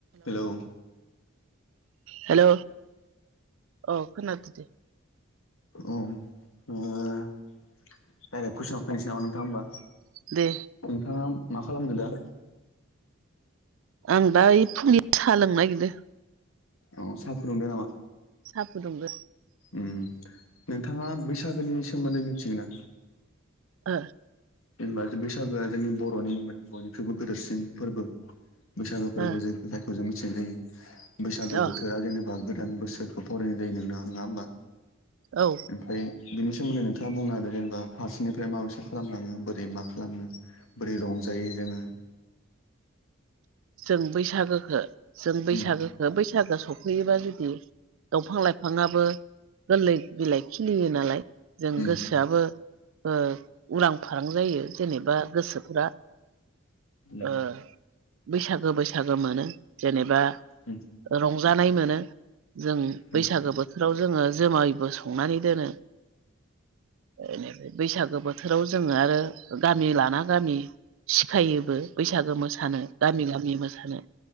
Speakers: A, on the left; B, on the right.
A: हेल'
B: hello औ खोनादों दे
A: औ नोङो दाइरेक्ट कुइसनाव फैनोसै नामा नोंथां होमबा
B: दे
A: नोंथाङा मा खालामदो दा
B: आं दा ओइ फुंनि साहा लोंनो नागिरदो
A: अ सा फुदुंदो नामा
B: साहा फुदुंदो
A: ओम नोंथाङा बैसागोनि सोमोन्दै मिथियो ना
B: ओ
A: जेनेबा जे बैसागोआ जोंनि बर'नि बयनिख्रुइबो गेदेरसिन फोरबो बैसागो फोरबो
B: ओ
A: जा जायखौ जों मिथिनाय जायो बैसागो
B: अ
A: बोथोरा जेनेबा गोदान बोसोर बेखौ बरायनाय जायो नों नङा होमबा
B: औ
A: ओमफ्राय बेनि सोमोन्दै नोंथा ङा बुंना होदो जेनेबा फारसेनिफ्राय माबेसे खालामलाङो बोरै मा खालामो बोरै रंजायो जोङो
B: जों बैसागोखौ जों बैसागोखौ
A: उम
B: बैसागो सौफैयोबा जुदि दंफां लाइफाङाबो गोरलै बिलाइ खिलियो नालाय
A: उम
B: जों गोसो गोसोआबो ओ उरां फारां जायो जेनेबा गोसोफ्रा
A: उम
B: ओ बैसागो बैसागो मोनो जेनेबा
A: उम उम
B: रंजानाय मोनो जों
A: उम
B: बैसागो बोथोराव जोङो जोमायबो संनानै दोनो बेनिफ्राय बैसागो बोथोराव जोङो आरो गामि लाना गामि सिखाइयोबो बैसागो मोसानो गामि गामि मोसानो